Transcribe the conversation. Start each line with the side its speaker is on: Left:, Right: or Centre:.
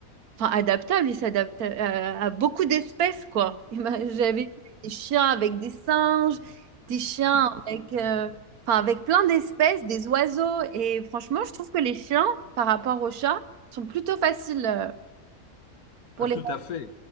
Right: enfin, adaptables. Ils s'adaptent à, à beaucoup d'espèces, quoi. <laughs> Et ben, J'avais vu des chiens avec des singes, des chiens avec, euh, enfin, avec plein d'espèces, des oiseaux. Et franchement, je trouve que les chiens, par rapport aux chats, sont plutôt faciles euh, pour
Left: Ah,
Right: les...
Left: tout à fait.